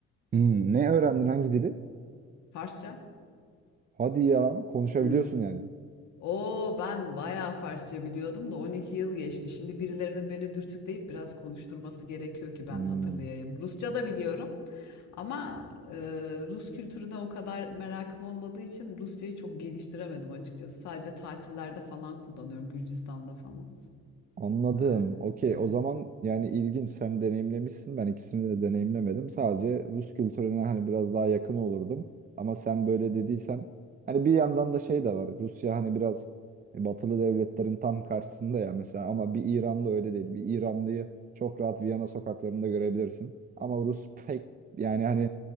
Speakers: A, on the right; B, on the left.
A: Hmm, ne öğrendin hangi dili?
B: Farsça?
A: Hadi ya, konuşabiliyorsun
B: Hmm.
A: yani.
B: Oo ben bayağı Farsça biliyordum da 12 yıl geçti. Şimdi birilerinin beni dürtükleyip biraz konuşturması gerekiyor ki ben
A: Hmm.
B: hatırlayayım. Rusça da biliyorum ama e, Rus kültürüne o kadar merakım olmadığı için Rusçayı çok geliştiremedim açıkçası. Sadece tatillerde falan kullanıyorum Gürcistan'da falan.
A: Anladım.
B: Öyle.
A: Okey.
B: Aynen.
A: O zaman yani ilginç. Sen deneyimlemişsin. Ben ikisini de deneyimlemedim. Sadece Rus kültürüne hani biraz daha yakın olurdum. Ama sen böyle dediysen hani bir yandan da şey de var. Rusya hani biraz e, batılı devletlerin tam karşısında ya mesela ama bir İran'da öyle değil. Bir İranlıyı çok rahat Viyana sokaklarında görebilirsin. Ama Rus pek yani hani